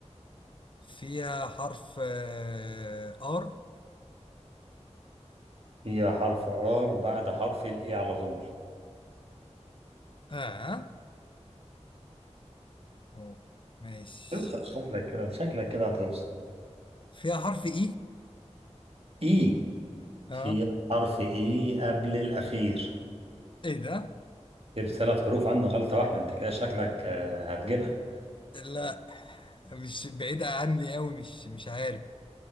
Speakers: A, on the left; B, on the right.
A: فيها حرف آه ار
B: هي حرف ار بعد حرف الاي على طول
A: اه أوه. ماشي
B: اوصل شكلك كده شكلك كده هتوصل
A: فيها حرف اي
B: اي
A: اه
B: في حرف اي قبل الاخير
A: ايه ده
B: جبت ثلاث حروف عندنا غلطة واحدة انت كده شكلك آه، هتجيبها
A: لا مش بعيدة عني قوي مش مش عارف